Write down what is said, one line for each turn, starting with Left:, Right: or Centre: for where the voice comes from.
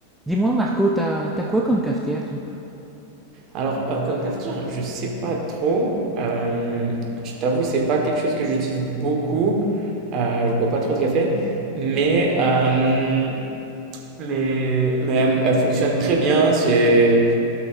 Centre: Dis-moi, Marco, t'as t'as quoi comme cafetière, toi?
Right: Alors, euh, comme cafetière, je sais pas trop. Euh, je t'avoue, c'est pas quelque chose que j'utilise beaucoup. Euh, je bois pas trop de café, mais euh, mais, mais elle, elle fonctionne très bien. C'est,